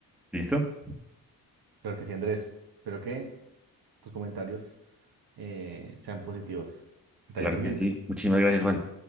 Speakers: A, in the centre; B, on the right (about 80°).
A: ¿Listo?
B: Claro que sí, Andrés. Espero que tus comentarios eh, sean positivos. Que te
A: Claro
B: vaya muy
A: que
B: bien.
A: sí. Muchísimas gracias, Juan.